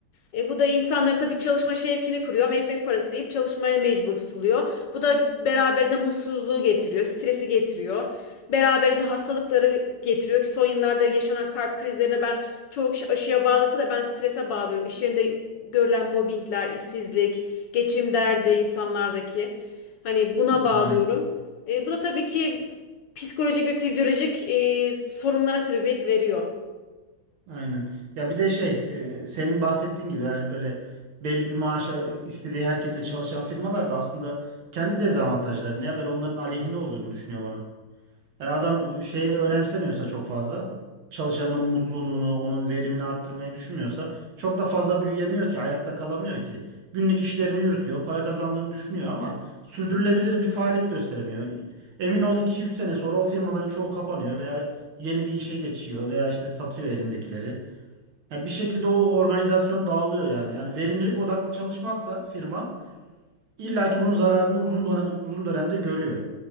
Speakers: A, on the left; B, on the right.
A: E bu da insanları tabii çalışma şevkini kuruyor ama ekmek parası deyip çalışmaya mecbur tutuluyor. Bu da beraberinde mutsuzluğu getiriyor, stresi getiriyor. Beraberinde hastalıkları getiriyor ki son yıllarda yaşanan kalp krizlerine ben çoğu kişi aşıya bağlasa da ben strese bağlıyorum. İş yerinde görülen mobbingler, işsizlik, geçim derdi insanlardaki. Hani buna
B: Yani,
A: bağlıyorum. E, bu da tabii ki psikolojik ve fizyolojik e, sorunlara sebebiyet veriyor.
B: aynen. Ya bir de şey e, senin bahsettiğin gibi yani öyle belli bir maaşa istediği herkese çalışan firmalar da aslında kendi dezavantajları ne haber onların aleyhine olduğunu düşünüyorum Yani adam şeyi önemsemiyorsa çok fazla çalışanın mutluluğunu, onun verimini arttırmayı düşünmüyorsa çok da fazla büyüyemiyor ki, ayakta kalamıyor ki. Günlük işlerini yürütüyor, para kazandığını düşünüyor ama sürdürülebilir bir faaliyet gösteremiyor. Emin ol iki üç sene sonra o firmaların çoğu kapanıyor veya yeni bir işe geçiyor veya işte satıyor elindekileri. Yani bir şekilde o organizasyon dağılıyor yani. Yani verimlilik odaklı çalışmazsa firma İlla ki bunun zararını uzun dönem, uzun dönemde görüyor.